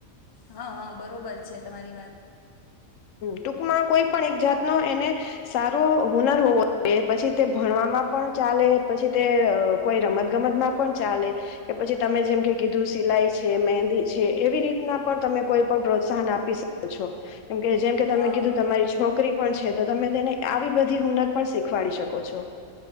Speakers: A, on the left; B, on the left.
A: હા હા બરોબર છે તમારી વાત.
B: ટૂંકમાં કોઈ પણ એક જાતનો એને સારો હુનર હોવો જોઈએ પછી તે ભણવામાં પણ ચાલે પછી, તે કોઈ રમત ગમતમાં પણ ચાલે કે, પછી તમે જેમ કે કીધું સિલાઈ છે મહેંદી છે, એવી રીતના પણ તમે કોઈ પણ પ્રોત્સાહન આપી શકો છો. કેમ કે જેમ કે તમે
A: હા
B: કીધું તમારી છોકરી પણ છે, તો તમે તેને આવી બધી હુનર પણ શીખવાડી શકો છો.